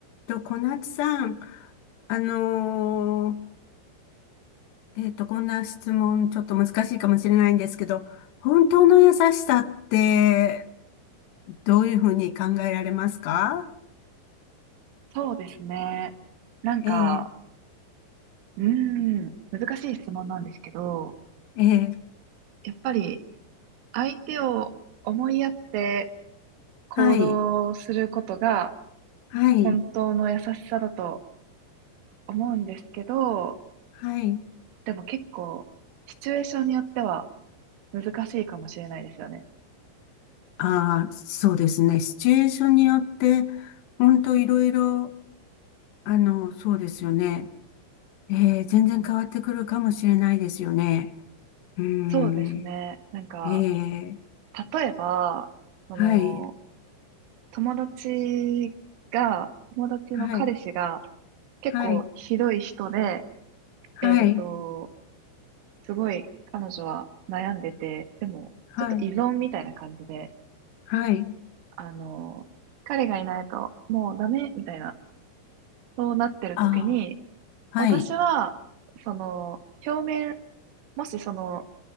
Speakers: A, on the left; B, on the right.
A: と、小夏さん、あのーえっと、こんな質問、ちょっと難しいかもしれないんですけど、本当の優しさって、どういうふうに考えられますか
B: そうですね。なんか、
A: ええ、
B: うーん、難しい質問なんですけど、
A: ええ、
B: やっぱり相手を思いやって行動することが
A: はい、はい、
B: 本当の優しさだと思うんですけど、
A: はい。
B: でも結構シチュエーションによっては難しいかもしれないですよね。
A: ああ、そうですね。シチュエーションによって、本当いろいろ、あの、そうですよね。ええ、全然変わってくるかもしれないですよね。
B: うん。
A: うーん、
B: そうですね。なんか、
A: ええ、
B: 例えば、その、
A: はい、
B: 友達が、友達の彼氏が
A: はい。
B: 結構ひどい人で、
A: はい、はい、
B: えっと、すごい彼女は悩んでて、でも、
A: はい、
B: ちょっと依存みたいな感じで、
A: はい。
B: あの、彼がいないともうダメみたいな、そうなってる時に、
A: ああ、
B: 私は、
A: はい、
B: その、表面、もしその、